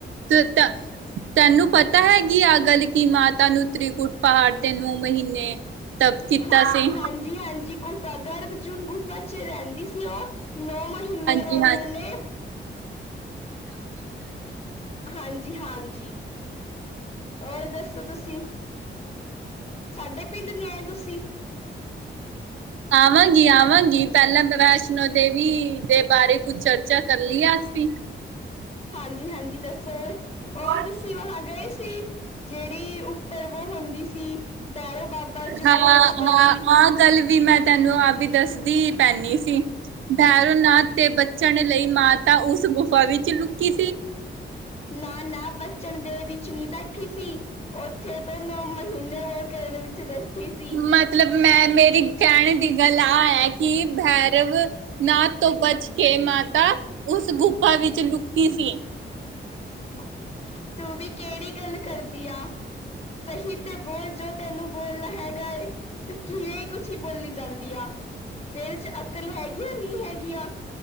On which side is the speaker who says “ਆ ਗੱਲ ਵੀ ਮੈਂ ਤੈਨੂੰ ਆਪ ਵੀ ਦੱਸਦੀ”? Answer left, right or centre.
Right